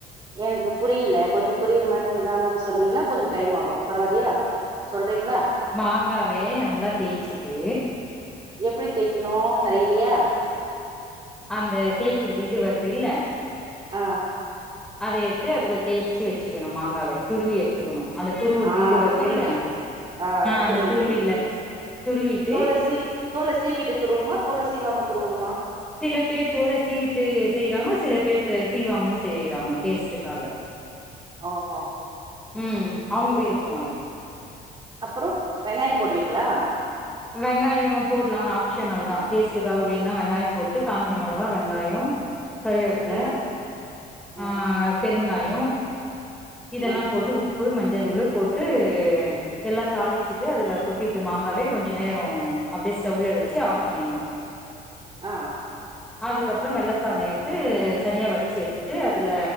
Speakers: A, on the right; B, in the centre.
A: எனக்கு புரில கொஞ்ஜோ புரியிற மாரி நிதானமா சொன்னீங்கன்னா கொஞ்ஜோ டைம் ஆகும் பரவால்லயா சொல் பாத்தீங்களா
B: மாங்காவே நல்லா தேய்ச்சிட்டு
A: எப்டி தேக்கணு தலையிலயா
B: அந்த தேக்கிறது இது வருது இல்ல
A: ஆ
B: அத எடுத்து அதுல தேச்சு வச்சுக்கணு மாங்காவ துருவி எடுத்துக்கணு அந்த துருவுறது
A: ஆ
B: இது வருது
A: துருவி
B: இல்ல
A: ஆ
B: அந்த
A: துருவி
B: துருவில
A: துருவி
B: துருவிட்டு
A: தோல சீ தோல சீவிட்டு துருவணுமா தோல சீவாம துருவனுமா
B: சில பேர் தோல சீவிட்டு செய்றாங்க சில பேர் சீவாம செய்றாங்கோ டேஸ்டுக்காக
A: ஆ ஆ
B: ம் அவுங்க வீடு போவாது
A: அப்பறோ வெங்காயோ போடுவீங்ளா
B: வெங்காயோ போடுலா ஆப்ஷனல் தா டேஸ்டுக்காக வேணுனா வெங்காயோ போட்டு காஞ்ச மிளகா வெங்காயம் கருவேப்பில
A: ம் ம்
B: ஆஹ் பெருங்காய் <unintelligible> இதெல்லா
A: ம்
B: போட்டு உப்பு மஞ்சள் தூளு போட்டு எல்லா தாளிச்சிட்டு அதுல கொட்டிட்டு மாங்காவே கொஞ்சோ நேரோ அப்டியே ஸ்டவ்ல வச்சு ஆஃப் பண்ணினு
A: ஆஹ்
B: அதுக்கப்றொ வெள்ள சத எடுத்து தனியா வடிச்சு எட்துட்டு அதுல